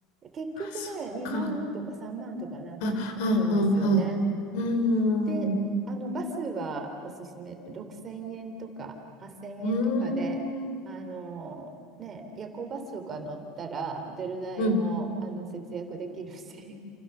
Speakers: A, on the right (about 25°); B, on the left (about 60°).
A: 結局ね、
B: あ、そっか。
A: 2万とか3万とかな、
B: あ、はあはあはあ。
A: なるんですよね。
B: うーん。
A: で、
B: う
A: あの、バスはおすすめ、6000円とか8000円とかで、
B: ーん。
A: あの、ね、夜行バスとか乗ったら、ホテル代も、
B: うん。
A: あの、節約できるし、